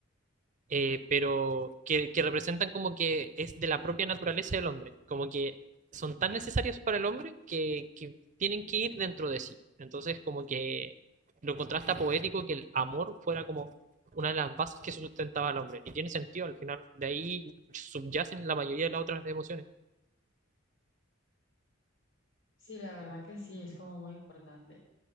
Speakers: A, on the right; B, on the left.
A: eh, pero que, que representan como que es de la propia naturaleza del hombre, como que son tan necesarias para el hombre que, que tienen que ir dentro de sí. Entonces, como que lo contrasta poético que el amor fuera como una de las bases que sustentaba al hombre. Y tiene sentido, al final de ahí subyacen la mayoría de las otras emociones.
B: Sí, la verdad que sí, es como muy importante.